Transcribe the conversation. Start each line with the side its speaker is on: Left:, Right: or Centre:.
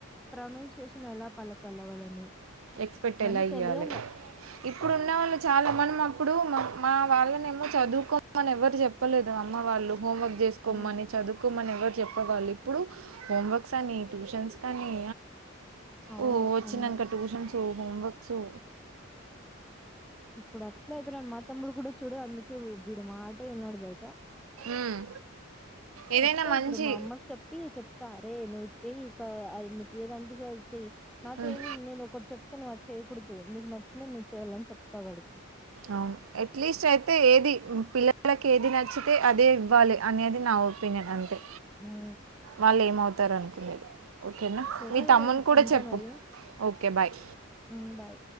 Centre: ప్రొనౌన్సియేషన్ ఎలా పలకల్ల వాళ్లని
Right: రెస్పెక్ట్
Centre: ఇవన్నీ
Right: ఎలా ఇయ్యాలి
Centre: తెలియాల్ల.
Right: ఇప్పుడు ఉన్న వాళ్ళు చాలా మనం అప్పుడు మ మా వాళ్ళని ఏమో చదువుకో అని ఎవరు చెప్పలేదు అమ్మ వాళ్ళు. హోమ్ వర్క్ చేసుకోమని
Centre: హ్మ్
Right: చదు కుమని ఎవరు చెప్పేవాళ్ళు ఇప్పుడు హోమ్వర్క్స్ అని ట్యూషన్స్ అని
Centre: అవును
Right: ఓ వచ్చినంక
Centre: అవును
Right: ట్యూషన్స్ హోమ్వర్క్సు
Centre: ఇప్పుడు అట్లా అయిపోయినరు మా తమ్ముడు కూడా చూడు అందుకే వీడు మాటే వినడు తెలుసా.
Right: ఉమ్ ఏదైనా
Centre: చెప్తా
Right: మంచి
Centre: ఇప్పుడు మా అమ్మకి చెప్పి చొప్ త్త రే నువ్ చెయ్ కా ఆ నీకు ఏదనిపిస్తే అది చెయ్ నాతో
Right: ఉమ్
Centre: ఏమీ నేను ఒకటి చెప్తే నువ్వు అ చేయకూడదు నీకు నచ్చినవి నువ్వు చేయాలని చెప్తావాడి
Right: అవు ఎట్లీస్ట్ అయితే ఏది పిల్ల ఇళకేది నచ్చితే అదే ఇవ్వాలి అనేది నా ఒపీనియన్ అంతే
Centre: హ్మ్
Right: వాళ్ళు ఏమవుతారు అనుకునేది ఓకేనా
Centre: సరేలే
Right: మీ తమ్మును కూడా
Centre: ఉంటా
Right: చెప్పు
Centre: మరి
Right: ఓకే బాయ్
Centre: హ్మ్ బాయ్